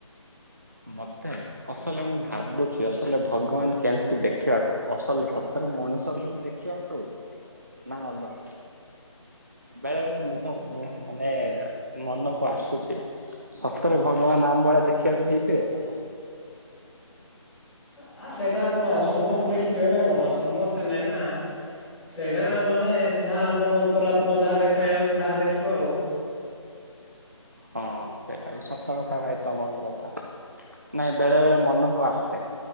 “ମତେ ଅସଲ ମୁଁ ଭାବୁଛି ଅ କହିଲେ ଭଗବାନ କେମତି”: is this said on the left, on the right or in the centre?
Right